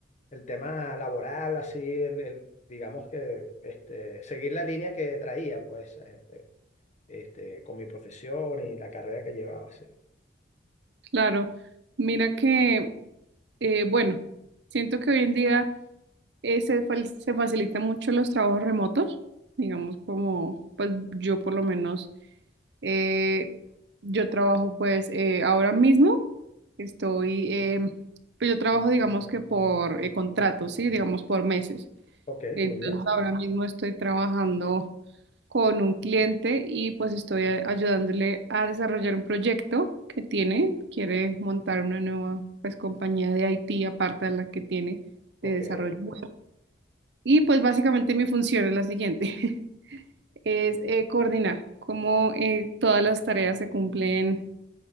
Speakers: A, on the left; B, on the right.
A: el tema laboral, así, el, el- digamos que este, seguir la línea que traía, pues, eh, eh, este, con mi profesión y la carrera que llevaba, sí.
B: claro. Mira que, eh, bueno, siento que hoy en día eh, se, fal- se facilita mucho los trabajos remotos, digamos como, pues yo por lo menos, eh, yo trabajo pues eh, ahora mismo, estoy, em, pues yo trabajo digamos que por eh, contratos, sí, digamos por meses.
A: Ok,
B: Entonces
A: muy bien,
B: ahora mismo estoy trabajando con un cliente y pues estoy a- ayudándole a desarrollar un proyecto que tiene. Quiere montar una nueva pues compañía de I T aparte de la que tiene
A: ok.
B: de desarrollo web. Y pues básicamente mi función es la siguiente, <laughs> es eh, coordinar cómo eh, todas las tareas se cumplen